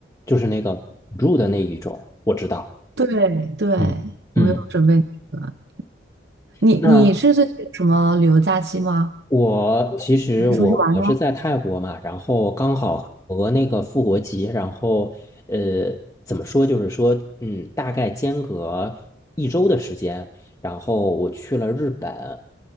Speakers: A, on the left; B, on the right.
A: 就是那个辅助的那一种，我知道。
B: 对对，
A: 嗯嗯，
B: 我没有准备那个。你你是最近有什么旅游假期吗？
A: 那我其实我我是在泰国嘛，
B: 还是出去玩呢？
A: 然后刚好和那个复活节，然后呃，怎么说，就是说，嗯，大概间隔一周的时间，然后我去了日本。